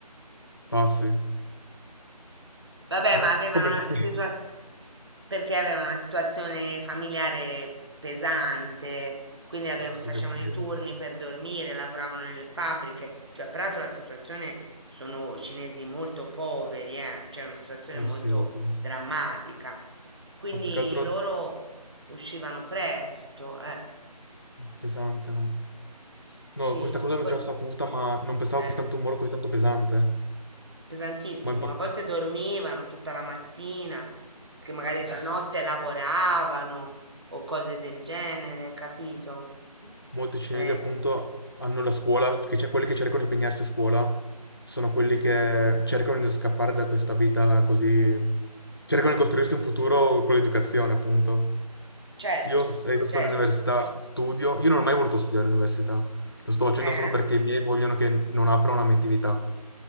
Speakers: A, on the left; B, on the right.
A: pazzi.
B: Vabbè,
A: Eh?
B: ma avevano
A: Come lo
B: una
A: sei?
B: situazione perché avevano una situazione familiare pesante, quindi aveva-
A: Posso
B: facevano
A: capire.
B: i turni per dormire, lavoravano nelle fabbriche, cioè peraltro la situazione sono cinesi molto poveri, eh, cioè una situazione
A: Eh
B: molto
A: sì, ovvio.
B: drammatica. Quindi
A: Ma più che altro
B: loro uscivano presto, eh,
A: pesante, non...
B: sì,
A: No, questa cosa l'ho
B: poi,
A: già saputa, ma non pensavo
B: eh.
A: così tanto un muro così tanto pesante.
B: pesantissimo.
A: Ma è importante.
B: A volte dormivano tutta la mattina, perché magari la Eh, notte lavoravano o cose del genere, capito?
A: Molti cinesi
B: Eh,
A: appunto hanno la scuola, che c'è quelli che cercano di impegnarsi a scuola, sono quelli che cercano di scappare da questa vita così, cercano di costruirsi un futuro con l'educazione, appunto.
B: certo,
A: Io, s- eh, io
B: certo.
A: sono in università, studio, io non ho mai voluto studiare all'università, lo sto facendo
B: Eh,
A: solo perché i miei vogliono che non apra una mia attività,